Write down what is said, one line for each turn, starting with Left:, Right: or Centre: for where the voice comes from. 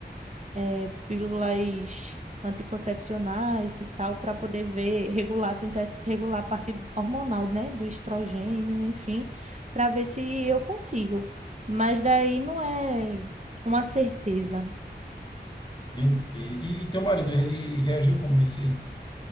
Right: eh, pílulas anticoncepcionais e tal, para poder ver, regular, tentar es- regular a parte hormonal, né, do estrogênio, enfim, para ver se eu consigo. Mas daí não é uma certeza.
Left: entendi. E, e teu marido, ele reagiu como a isso aí?